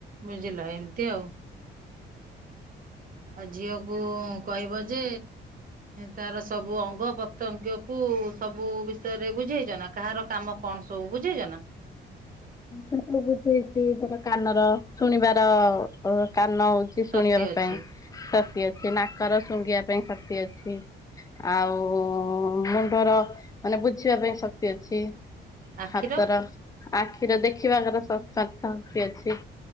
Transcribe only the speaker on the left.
ସେ ସବୁ ବୁଝେଇଛି ଧାର କାନର ଶୁଣିବାର ଅ କାନ ହଉଛି ଶୁଣିବା
ପାଇଁ। ଶ ଅଛି ନାକର ଶୁଙ୍ଘିବା ପାଇଁ ଶକ୍ତି ଅଛି, ଆଉ ମୁଣ୍ଡର ମାନେ ବୁଝିବା ପାଇଁ ଶକ୍ତି ଅଛି।
ହାତର ଆଖିର ଦେଖିବାଙ୍କର ସକ ସକ ଶକ୍ତି ଅଛି।